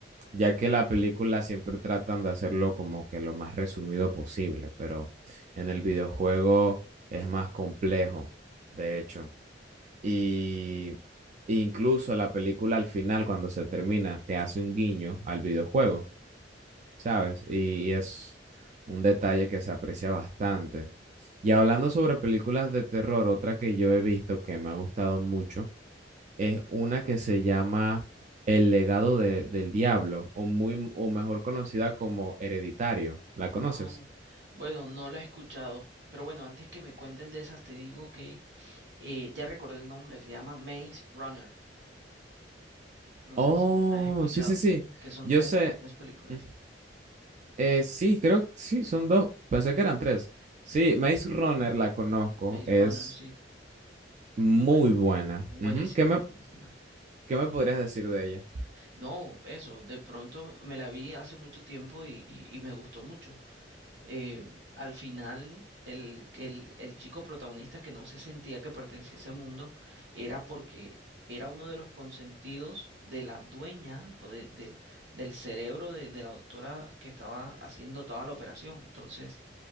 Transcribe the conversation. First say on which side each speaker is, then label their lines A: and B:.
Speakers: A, on the right; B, on the right.
A: ya que la película siempre tratan de hacerlo como que lo más resumido posible, pero en el videojuego es más complejo, de hecho. Y incluso la película al final, cuando se termina, te hace un guiño al videojuego, ¿sabes? Y y es un detalle que se aprecia bastante. Y hablando sobre películas de terror, otra que yo he visto que me ha gustado mucho es una que se llama El legado de- del diablo, o muy, o mejor conocida como Hereditario. ¿La conoces?
B: Ah, bueno, no la he escuchado, pero bueno, antes que me cuenten de esas, te digo que eh, ya recordé el nombre, se llama Maze Runner. No
A: Oh,
B: sé si has escuchado,
A: sí, sí, sí.
B: que son
A: Yo
B: tres,
A: sé.
B: tres películas.
A: Mm, eh, sí, creo que sí, son dos. Pensé que eran tres. Sí, Maze Runner la conozco.
B: Maze
A: Es
B: Runner, sí,
A: muy
B: muy buena,
A: buena.
B: buenísima,
A: Ujú. ¿Qué me,
B: buenísima.
A: qué me podrías decir de ella?
B: No, eso, de pronto me la vi hace mucho tiempo y, y, y me gustó mucho. eh, al final, el, que el, el chico protagonista que no se sentía que pertenecía a ese mundo era porque era uno de los consentidos de la dueña o de- del, del cerebro de, de la doctora que estaba haciendo toda la operación. Entonces,